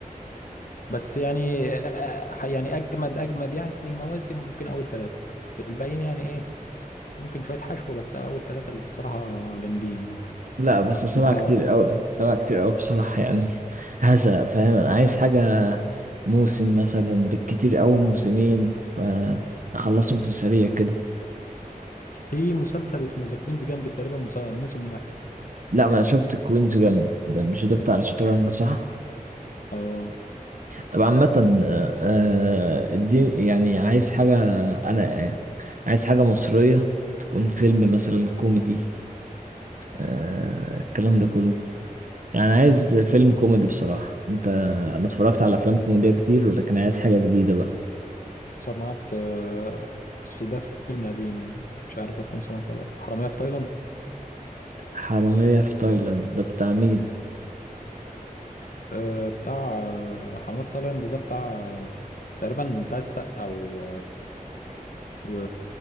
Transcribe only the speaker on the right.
لا بس سبعة
كتير قوي سبعة كتير قوي بصراحة يعني هذا فاهم أنا عايز حاجة موسم مثلا بالكتير قوي موسمين فأخلصهم في السريع كده
لا ما أنا شفت كوينز جامد ده مش ده بتاع الشطرنج صح؟
طب عامة آه، آه، اديني يعني عايز حاجة أنا آه، عايز حاجة مصرية تكون فيلم مثلا كوميدي آه، الكلام ده كله يعني عايز فيلم كوميدي بصراحة انت انا اتفرجت على افلام كوميدية كتير ولكن عايز حاجة جديدة بقى
حرامية في تايلاند ده بتاع مين